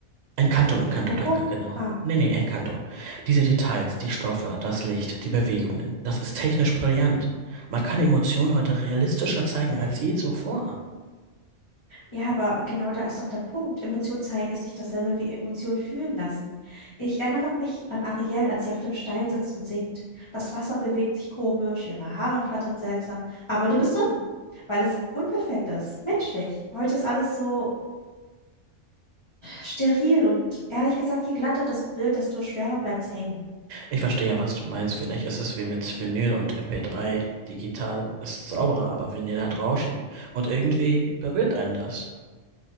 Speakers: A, on the right; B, on the left.
A: Encanto, Encanto,
B: Coco?
A: danke, genau.
B: Ah.
A: Nee, nee, Encanto. Diese Details, die Stoffe, das Licht, die Bewegungen, das ist technisch brillant. Man kann Emotionen heute realistischer zeigen als je zuvor.
B: Ja, aber genau da ist doch der Punkt. Emotion zeigen ist nicht dasselbe wie Emotion fühlen lassen. Ich erinnere mich an Ariel, als sie auf dem Stein sitzt und singt. Das Wasser bewegt sich komisch, ihre Haare flattern seltsam, aber du bist drin, weil es unperfekt ist, menschlich. Heute ist alles so steril und ehrlich gesagt, je glatter das Bild, desto schwerer bleibt's hängen.
A: Ich verstehe ja, was du meinst. Vielleicht ist es wie mit Vinyl und MP3. Digital ist sauberer, aber Vinyl hat Rauschen. Und irgendwie berührt einen das.